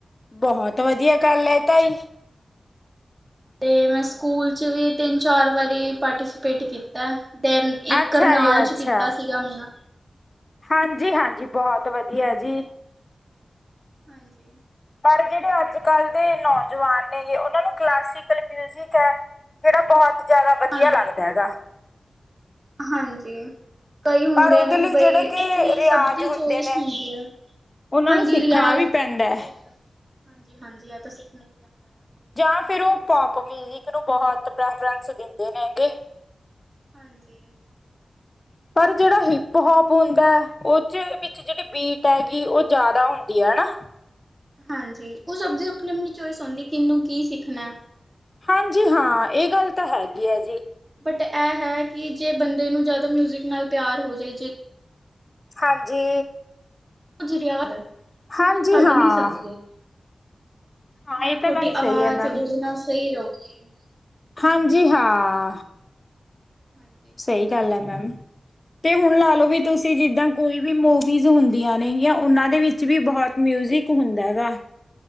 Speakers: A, on the left; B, on the right.
A: ਬਹੁਤ ਵਧੀਆ ਗੱਲ ਐ ਤਾਈ।
B: ਤੇ ਮੈਂ ਸਕੂਲ ਚ ਵੀ ਤਿੰਨ ਚਾਰ ਵਾਰੀ ਪਾਰਟੀਸਪੇਟ ਕੀਤਾ। ਦੈਨ ਇੱਕ
A: ਅੱਛਾ
B: ਕਰਨਾਲ
A: ਅੱਛਾ
B: ਚ ਕੀਤਾ ਸੀਗਾ ਮੇਰਾ।
A: ਹਾਂ ਜੀ ਹਾਂਜੀ। ਬਹੁਤ ਵਧੀਆ ਜੀ।
B: ਹਾਂਜੀ।
A: ਪਰ ਜਿਹੜੇ ਅੱਜ ਕੱਲ੍ਹ ਦੇ ਨੌਜਵਾਨ ਨੇਗੇ, ਉਹਨਾਂ ਨੂੰ ਕਲਾਸੀਕਲ ਮਿਊਜਿਕ ਹੈ ਜਿਹੜਾ ਬਹੁਤ ਜ਼ਿਆਦਾ ਵਧੀਆ
B: ਹਾਂ
A: ਲੱਗਦਾ ਹੈਗਾ।
B: ਹਾਂਜੀ ਕਈ ਹੁੰਦੇ
A: ਪਰ ਉਹਦੇ
B: ਨਾ
A: ਲਈ
B: ਕਿ ਬਈ,
A: ਜਿਹੜੇ
B: ਆਪਣੀ
A: ਕਿ ਰਿਆਜ਼
B: ਸਭ ਦੀ
A: ਹੁੰਦੇ
B: ਚੋਇਸ
A: ਨੇ
B: ਹੁੰਦੀ ਹੈ,
A: ਉਹਨਾਂ
B: ਹਾਂਜੀ
A: ਨੂੰ ਸਿੱਖਣਾ
B: ਰਿਆਜ਼,
A: ਵੀ ਪੈਂਦਾ ਹੈ
B: ਹਾਂਜੀ, ਹਾਂਜੀ ਇਹ ਸਿਖਣਾ
A: ਜਾਂ ਫੇਰ ਉਹ ਪੋਪ ਮੀਜੀਕ ਨੂੰ ਬੋਹੁਤ ਪ੍ਰੈਫਰੈਨਸ ਦਿੰਦੇ ਨੇਗੇ।
B: ਹਾਂਜੀ
A: ਪਰ ਜਿਹੜਾ ਹਿਪ ਹੋਪ- ਹੁੰਦਾ ਉਹਦੇ ਵਿੱਚ ਜਿਹੜੀ ਬੀਟ ਹੈਗੀ ਉਹ ਜ਼ਿਆਦਾ ਹੁੰਦੀ ਹੈਨਾ।
B: ਹਾਂਜੀ ਉਹ ਸਬਦੀ ਆਪਣੀ, ਆਪਣੀ ਚੋਇਸ ਹੂੰਦੀ ਕਿਨੂੰ ਕੀ ਸਿੱਖ ਣ।
A: ਹਾਂਜੀ ਹਾਂ ਇਹ ਗੱਲ ਤਾਂ ਹੈਗੀ ਹੈ ਜੀ।
B: ਬਟ ਇਹ ਹੈ ਕਿ ਜੇ ਬੰਦੇ ਨੂੰ ਜ਼ਿਆਦਾ ਮਿਊਜ਼ਿਕ ਨਾਲ ਪਿਆਰ ਹੋ ਜਾਏ ਜੇ
A: ਹਾਂਜੀ
B: ਕੁਝ ਰਿਆਦ ਹੈ,
A: ਹਾਂਜੀ
B: ਤੁਸੀਂ ਛੱਡ
A: ਹਾਂ
B: ਨੀ ਸਕਦੇ।
A: ਹਾਂ
B: ਮਤਲਬ
A: ਇਹ
B: ਤੁਹਾਡੀ
A: ਤਾਂ ਗੱਲ ਸਹੀ
B: ਆਵਾਜ਼
A: ਹੈ ਮੈਮ
B: ਉਹਦੇ ਨਾਲ ਸਹੀ ਰੳਗੀ।
A: ਹਾਂਜੀ ਹਾਂ।
B: ਹਾਂਜੀ,
A: ਸਹੀ ਗੱਲ ਹੈ। ਮੈਮ, ਤੇ ਹੁਣ ਲਾ ਲੋ ਵੀ ਤੁਸੀਂ ਜਿਦਾਂ ਕੋਈ ਵੀ ਮੂਵੀਜ਼ ਹੁੰਦੀਆਂ ਨੇ ਯਾ ਉਨ੍ਹਾਂ ਦੇ ਵਿਚ ਵੀ ਬਹੁਤ ਮਿਊਜਿਕ ਹੁੰਦਾਗਾ।